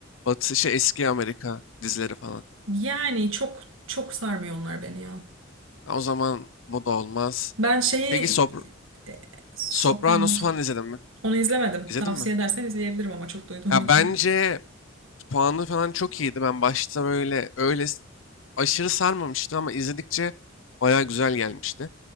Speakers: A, on the left; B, on the right.
A: Batı şey eski Amerika dizileri falan.
B: Yani çok çok sarmıyor onlar beni ya.
A: Ha, O zaman bu da olmaz.
B: Ben şeyi
A: Peki Sopr
B: e, Sopranos.
A: Sopranos falan izledin mi?
B: Onu izlemedim.
A: İzledin
B: Tavsiye
A: mi?
B: edersen izleyebilirim ama çok duyduğum
A: Ya
B: için.
A: bence puanı falan çok iyiydi. Ben başta böyle öyle s- aşırı sarmamıştı ama izledikçe baya güzel gelmişti.